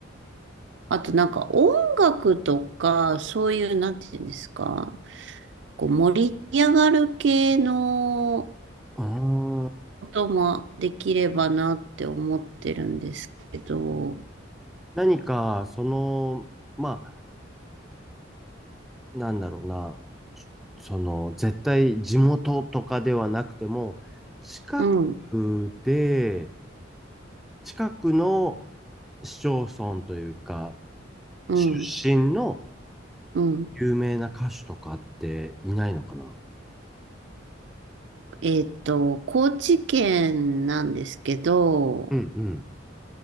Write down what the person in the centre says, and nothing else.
ああ、
何か、その、まあ、なんだろうな、その、絶対地元とかではなくても、近くで、
近くの市町村というか、
出身の
有名な歌手とかっていないのかな
うんうん。